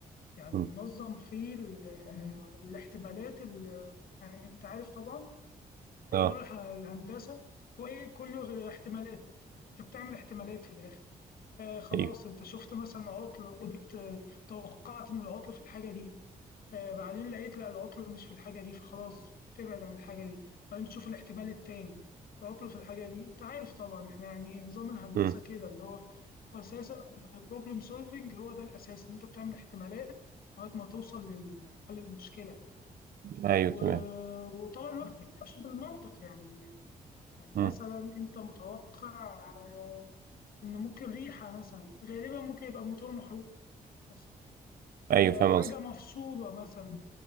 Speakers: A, on the left (about 75°); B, on the right (about 75°).
A: يعني
B: أمم.
A: منظم في ال- الاحتمالات ال- يعني انت عارف طبعا
B: اه
A: حوار الح- الهندسه هو ايه كله غير الاحتمالات انت بتعمل احتمالات في الاخر آه خلاص
B: ايوه
A: انت شفت مثلا عطل قلت آه، توقعت ان العطل في الحاجه دي آه، بعدين لقيت لا العطل مش في الحاجة دي فخلاص بتبعد عن الحاجة دي بعدين بتشوف الاحتمال التاني العطل في الحاجة دي انت عارف طبعا احنا يعني نظام الهندسة
B: امم
A: كده اللي هو هو اساسا بروبلم سولفنج هو ده الاساس ان انت بتعمل احتمالات لغاية ما توصل لل- لحل المشكلة
B: ايوه
A: و-
B: تمام
A: وطبعا الواحد بيمشي بالمنطق يعني يعني مثلا
B: امم
A: انت متوقع آه، ان ممكن ريحة مثلا غالبا ممكن يبقى موتور محروق مثلا
B: ايوه
A: آه،
B: فاهم
A: حاجة
B: قصدي
A: مفصولة مثلا